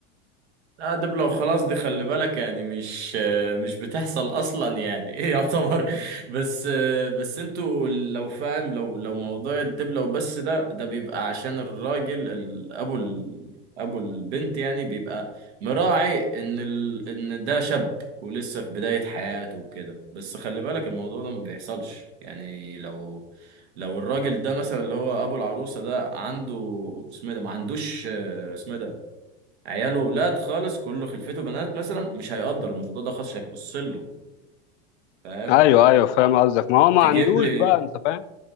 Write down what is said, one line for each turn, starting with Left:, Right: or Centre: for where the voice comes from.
Right: لا ده لو خلاص دي خلي بالك يعني مش مش بتحصل اصلا يعني <laughs> ايه يعتبر بس بس انتوا لو فاهم لو لو موضوع الدبلة وبس ده ده بيبقى عشان الراجل ال- ابو ال- ابو البنت يعني بيبقى مراعي ان ال ان ده شاب ولسه في بداية حياته وكده بس خلي بالك الموضوع ده ما بيحصلش يعني لو لو الراجل ده مثلا اللي هو ابو العروسة ده عنده اسمه إيه ده ما عندوش اسمه إيه ده عياله ولاد خالص كله خلفته بنات مثلا مش هيقدر الموضوع ده خالص هيبص له فاهم
Left: ايوه ايوه فاهم قصدك ما هو ما
Right: تجيب
Left: عندوش
Right: لي
Left: بقى انت فاهم؟